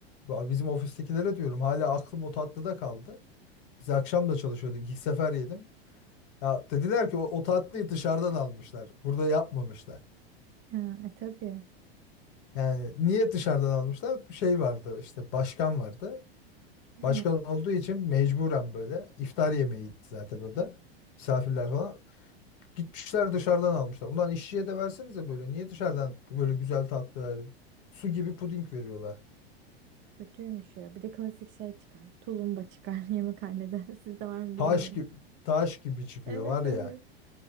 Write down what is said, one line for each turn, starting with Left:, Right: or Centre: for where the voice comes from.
Left: "Ya bizim ofistekilere diyorum hala aklım o tatlıda kaldı. Biz akşam da çalışıyorduk. ilk sefer yedim. Ya dediler ki o, o tatlıyı dışarıdan almışlar. Burada yapmamışlar.
Right: ha, e, tabii.
Left: <laughs> yani niye dışarıdan almışlar? Bir şey vardı işte başkan vardı.
Right: He,
Left: Başkan olduğu için mecburen böyle iftar yemeğiydi zaten o da. Misafirler falan. Gitmişler dışarıdan almışlar. Ulan işçiye de versenize böyle. Niye dışarıdan böyle güzel tatlı verin? Su gibi puding veriyorlar.
Right: kötüymüş ya. Bir de klasik şey çıkar. Tulumba çıkar <laughs> yemekhanede. Sizde var mı
Left: Taş
Right: bilmiyorum.
Left: gibi, taş gibi çıkıyor
Right: Evet
Left: var
Right: evet.
Left: ya.